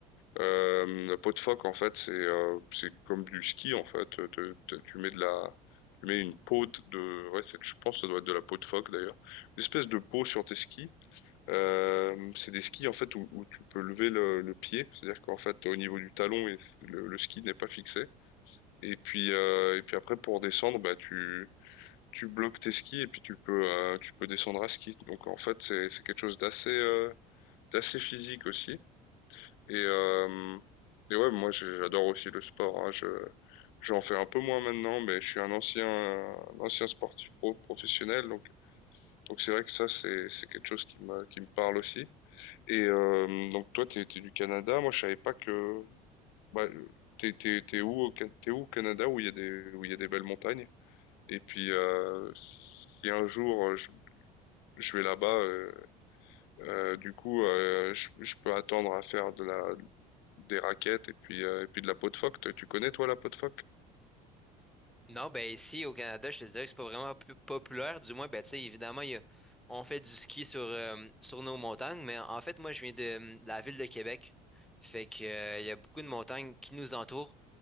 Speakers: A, on the left (about 70°); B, in the centre.
A: Euh, la peau de phoque en fait c'est euh, c'est comme du ski en fait. Te- te- tu mets de la tu mets une peau de de- ouais c'est- je pense que ça doit être de la peau de phoque d'ailleurs, une espèce de peau sur tes skis. Euh, c'est des skis en fait où, où tu peux lever le, le pied, c'est-à-dire qu'en fait au niveau du talon et le le ski n'est pas fixé. Et puis, euh, et puis après, pour descendre, bah, tu, tu bloques tes skis et puis tu peux, euh, tu peux descendre à ski. Donc en fait, c'est, c'est quelque chose d'assez, euh, d'assez physique aussi. Et, euh, et ouais, moi j'ai- j'adore aussi le sport. hein. Je, j'en fais un peu moins maintenant, mais je suis un ancien, un ancien sportif pro, professionnel. Donc, donc c'est vrai que ça, c'est, c'est quelque chose qui me, qui me parle aussi. Et euh, donc toi, t'es, t'es du Canada. Moi, je savais pas que, bah, t'es, t'es, t'es où, au Ca- t'es où au Canada où il y a des, où il y a des belles montagnes? Et puis, euh, si un jour euh, je, je vais là-bas, euh, euh, du coup, euh, je, je peux attendre à faire de la, des raquettes et puis, euh, et puis de la peau de phoque. Tu tu connais, toi, la peau de phoque?
B: Non, ben ici au Canada, je te dirais que c'est pas vraiment p- populaire. Du moins, ben tu sais, évidemment, il y a- on fait du ski sur, euh, sur nos montagnes, mais en fait, moi, je viens de, euh, de la ville de Québec. Fait que, euh, il y a beaucoup de montagnes qui nous entourent.